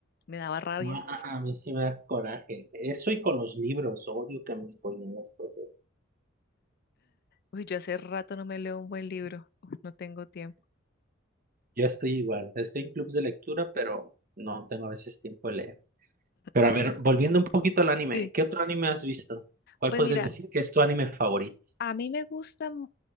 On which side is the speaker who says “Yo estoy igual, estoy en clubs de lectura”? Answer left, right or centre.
Right